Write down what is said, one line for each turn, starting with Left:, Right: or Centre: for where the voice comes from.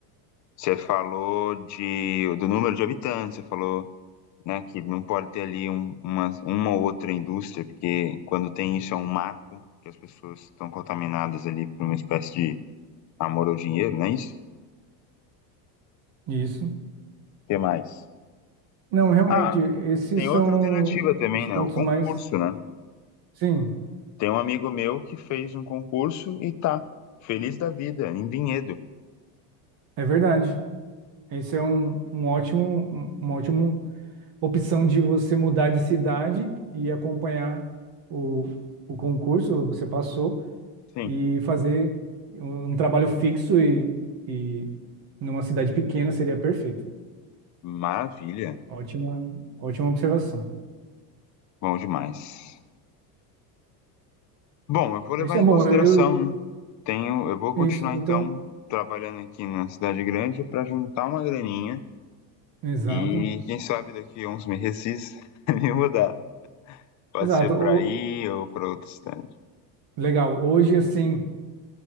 Left: Você falou de, do número de habitantes, você falou, né, que não pode ter ali um, uma, uma ou outra indústria, porque quando tem isso é um marco que as pessoas estão contaminadas ali por uma espécie de amor ao dinheiro, não é isso? O
Right: Isso.
Left: que mais?
Right: Não, realmente,
Left: Ah,
Right: esses
Left: tem
Right: são
Left: outra alternativa também,
Right: os pontos
Left: né? O concurso,
Right: mais.
Left: né?
Right: Sim,
Left: Tem um amigo meu que fez um concurso e tá feliz da vida, em Vinhedo.
Right: é verdade. Esse é um, um ótimo, um- uma ótima opção de você mudar de cidade e acompanhar o, o concurso, você passou,
Left: Sim,
Right: e fazer um, um trabalho fixo e, e numa cidade pequena seria perfeito.
Left: maravilha.
Right: Ótima, ótima observação.
Left: Bom demais. Bom, eu vou levar
Right: Isso é
Left: em
Right: bom.
Left: consideração,
Right: Eu,
Left: né? Tenho, eu vou continuar
Right: isso, então,
Left: então trabalhando aqui na cidade grande para juntar uma graninha
Right: exato.
Left: e quem sabe daqui a uns meses <laughs> me mudar. Pode
Right: Exato.
Left: ser para aí ou para outra cidade.
Right: Legal. Hoje, assim,